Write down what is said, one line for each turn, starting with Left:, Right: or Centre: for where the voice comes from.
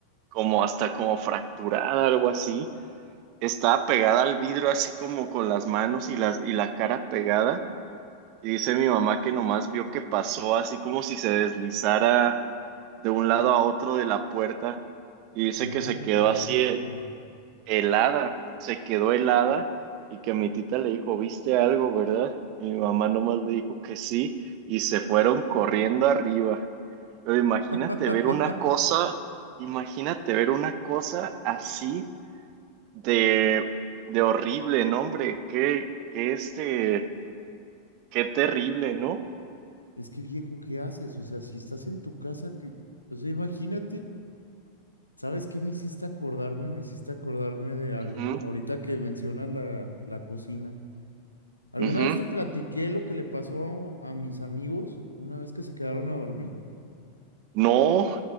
Right: como hasta como fracturada, algo así. Estaba pegada al vidrio, así como con las manos y las, y la cara pegada. Y dice mi mamá que nomás vio que pasó, así como si se deslizara de un lado a otro de la puerta. Y dice
Left: no,
Right: que se quedó
Left: viejo.
Right: así, helada, se quedó helada y que mi tita le dijo, ¿viste algo, verdad? Y mi mamá nomás le dijo que sí y se fueron corriendo arriba. Pero imagínate
Left: <laughs>
Right: ver una cosa, imagínate ver una cosa así de, de horrible, no, hombre, qué, qué este, qué terrible, ¿no?
Left: Es que viejo, ¿qué haces? O sea, si estás en tu casa, que, o sea, imagínate, ¿sabes qué me hiciste acordarme? Me hiciste acordarme de algo.
Right: Ujú,
Left: Ahorita que mencionas la, la cocina. ¿Alguna
Right: ujú.
Left: vez te platiqué lo que le pasó a mis amigos una vez que se quedaron a dormir?
Right: No,